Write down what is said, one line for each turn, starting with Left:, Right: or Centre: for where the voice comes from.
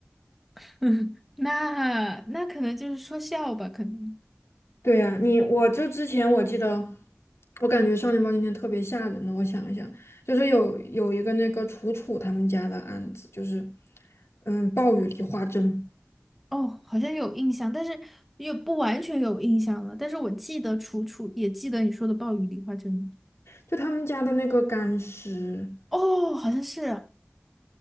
Centre: <laughs> 那那可能就是说笑吧，可能。
Left: 对呀、你我就之前我记得，我感觉《少年包青天》特别吓人的，我想一想，就是有有一个那个楚楚他们家的案子，就是嗯暴雨梨花针。
Centre: 哦，好像有印象，但是也不完全有印象了。但是我记得楚楚，也记得你说的暴雨梨花针。
Left: 就他们家的那个干尸，
Centre: 哦，好像是。